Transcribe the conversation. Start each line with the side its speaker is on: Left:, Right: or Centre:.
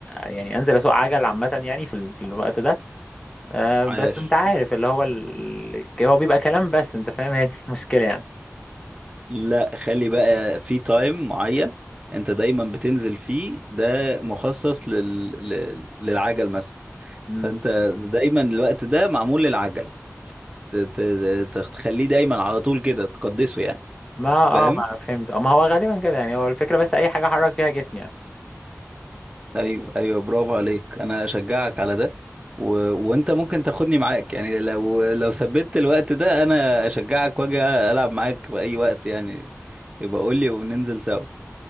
Left: يعني انزل اسوق عجل عامة يعني في, ال... في الوقت ده آه بس
Right: عاش
Left: انت عارف اللي هو ال... هو بيبقى كلام بس انت فاهم هي دي المشكلة يعني
Right: لا خلي بقى في تايم معين انت دايما بتنزل فيه ده مخصص لل... لل... للعجل مثلا
Left: امم
Right: فانت دايما الوقت ده معمول للعجل ت... ت... ت- تخليه دايما على طول كده تقدسه يعني
Left: ما اه
Right: فاهم
Left: ما فهمت اه ما هو غالبا كده يعني هو الفكرة بس اي حاجة احرك فيها جسمي يعني
Right: ايوه ايوه برافو عليك انا اشجعك على ده و... وانت ممكن تاخدني معاك يعني لو لو ثبت الوقت ده انا اشجعك واجي العب معاك في اي وقت يعني يبقى قول لي وننزل سوا